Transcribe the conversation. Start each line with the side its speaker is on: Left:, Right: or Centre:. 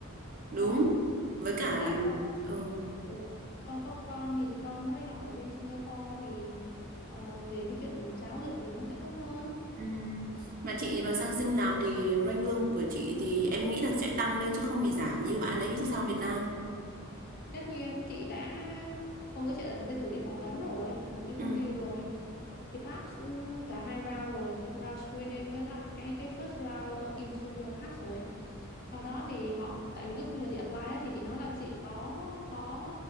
Right: đúng
Left: đó
Right: với cả
Left: với
Right: là
Left: lại con
Right: ừ.
Left: ừ, con có con thì con nó đi học ở bên Singapore thì ờ, về cái chuyện giáo dục thì nó sẽ tốt hơn
Right: Ừ. mà chị mà sang sinh làm thì ranh lương của chị thì em nghĩ là sẽ tăng lên chứ không bị giảm như bạn ấy sang Việt Nam
Left: tất nhiên chị đã hôm bữa chị đã đi thử đi phỏng vấn rồi một cái
Right: ừ.
Left: công ty rồi Chị pass ừm, cả hai round rồi, round screening với lại cái cái first round ờ, interview là pass rồi. Sau đó thì họ tại vì lúc khi mà chị apply á, thì chị nói là chị có có